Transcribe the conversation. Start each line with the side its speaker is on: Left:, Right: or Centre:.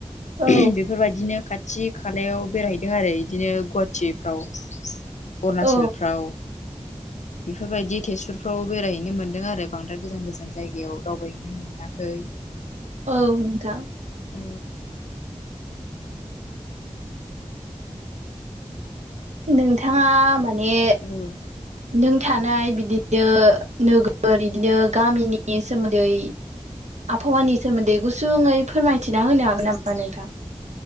Right: औ
Left: उम बेफोरबायदिनो खा‌ थि खालायाव बेरायहैदों आरो इदिनो गुवाहाटिफ्राव अरुनाचलफ्राव।
Right: औ
Left: बेफोरबायदि तेजपुरफ्राव बेरायहैनो मोनदों आरो बांद्राय गोजान गोजान जायगायाव दावबायहैनो मोनाखै।
Right: औ नोंथां
Left: औ
Right: नोंथाङा माने
Left: औ
Right: नों थानाय बिदि नो नोगोर इदिनो गामिनि सोमोन्दै आबफावानि सोमोन्दै गुसुङै फोरमायथिना होनो हागोन नामा नोंथां?